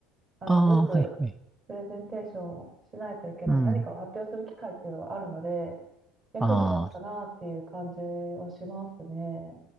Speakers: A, on the right; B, in the centre.
A: あの、
B: ああ、
A: よく
B: はい、はい。
A: プレゼンテーションをしないといけない、
B: うん。
A: 何かを発表する機会っていうのはあるので、役に立ったなっていう感じはしますね。
B: ああ、